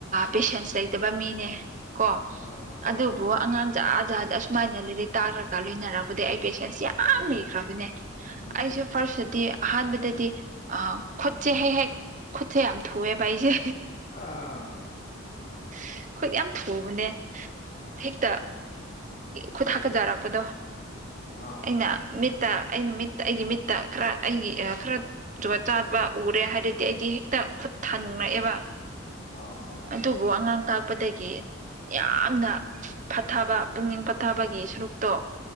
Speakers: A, on the right; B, on the left.
A: ꯄꯦꯁꯦꯟꯁ ꯂꯩꯇꯕ ꯃꯤꯅꯦ ꯀꯣ
B: ꯑꯥ ꯑꯥ
A: ꯑꯗꯨꯕꯨ
B: ꯑꯥ ꯑꯥ ꯑꯥ
A: ꯑꯉꯥꯡ ꯖꯥ ꯖꯥꯗꯤ ꯑꯁꯨꯃꯥꯏꯅ ꯂꯩ ꯇꯥꯔꯒ ꯂꯣꯏꯅꯔꯔꯕꯗꯤ ꯑꯩ ꯄꯦꯁꯦꯟꯁ ꯌꯥꯝ ꯂꯩꯈ꯭ꯔꯕꯅꯦ
B: ꯎꯝ ꯎꯝ
A: ꯑꯩꯁꯨꯦ ꯐꯥꯔꯁꯇꯗꯤ ꯑꯍꯥꯟꯕꯗꯗꯤ ꯈꯨꯠꯁꯦ ꯍꯦꯛ ꯍꯦꯛ ꯈꯨꯠꯁꯦ ꯌꯥꯝ ꯊꯨꯑꯦꯕ ꯑꯩꯁꯦ
B: ꯑ ꯍ
A: ꯑꯩꯈꯣꯏ ꯌꯥꯝ ꯊꯨꯕꯅꯦ ꯍꯦꯛꯇ ꯈꯨꯈꯣꯏ ꯊ ꯀꯖꯥꯔꯛꯄꯗꯣ
B: ꯑꯥ
A: ꯑꯩꯅ ꯃꯤꯠꯇ ꯑꯩ ꯅꯨ ꯃꯤꯠꯇ ꯑꯩꯒꯤ ꯃꯤꯠꯇ ꯈꯔ ꯑꯩꯒꯤ ꯈꯔ ꯖꯨꯠ ꯆꯥꯗꯕ ꯎꯔꯦ ꯍꯥꯏꯔꯗꯤ ꯑꯩꯗꯤ ꯍꯦꯛꯇ ꯊꯟꯉꯛꯑꯦꯕ
B: ꯑꯥ ꯑꯥ
A: ꯑꯗꯨꯕꯨ
B: ꯑꯥ
A: ꯑꯉꯥꯡ ꯇꯥꯛꯄꯗꯒꯤ ꯌꯥꯝꯅ ꯐꯊꯕ ꯄꯨꯛꯅꯤꯡ ꯐꯠꯊꯕ
B: ꯎꯝ
A: ꯁꯨꯔꯨꯛꯇꯣ